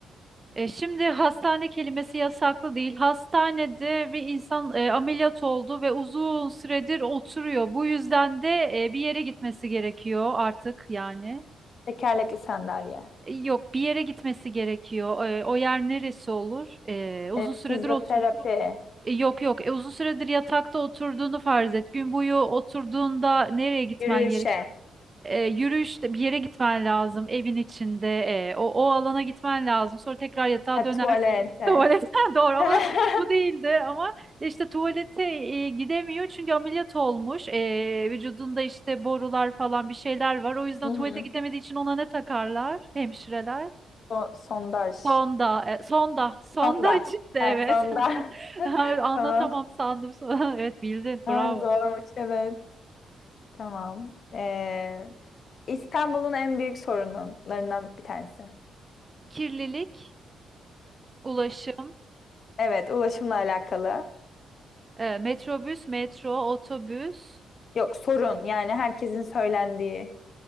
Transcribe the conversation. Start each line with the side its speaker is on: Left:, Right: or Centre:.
Right: e, şimdi hastane kelimesi yasaklı değil. Hastanede bir insan e, ameliyat oldu ve uzun süredir oturuyor. Bu yüzden de e, bir yere gitmesi gerekiyor artık yani.
Left: Tekerlekli sandalye.
Right: E, Yok bir yere gitmesi gerekiyor. E, o yer neresi olur? E, uzun
Left: Ee,
Right: süredir
Left: fizyoterapi.
Right: otur. E, yok yok. E, uzun süredir yatakta oturduğunu farz et. Gün boyu oturduğunda nereye gitmen
Left: Yürüyüşe.
Right: gerek? E, yürüyüşte bir yere gitmen lazım. Evin içinde e, o, o alana gitmen lazım. Sonra tekrar yatağa
Left: Ha,
Right: dönersin.
Left: tuvalete.
Right: <laughs> Tuvaletten <laughs> doğru ama
Left: <laughs>
Right: bu değildi ama işte tuvalete e, gidemiyor çünkü ameliyat olmuş. E, vücudunda işte borular falan bir şeyler var. O yüzden
Left: Hı hı.
Right: tuvalete gidemediği için ona ne takarlar hemşireler?
Left: So- sondaj.
Right: Sonda, e, sonda, sonda
Left: Sonda.
Right: çıktı evet.
Left: Ha, sonda.
Right: <laughs>
Left: <laughs>
Right: Anlatamam
Left: Tamam.
Right: sandım sana. <laughs> Evet bildin,
Left: Ha,
Right: bravo.
Left: zormuş evet. Tamam. Ee, İstanbul'un en büyük sorunlarından bir tanesi.
Right: Kirlilik, ulaşım,
Left: Evet, ulaşımla alakalı.
Right: e, metrobüs, metro, otobüs,
Left: Yok sorun yani herkesin söylendiği.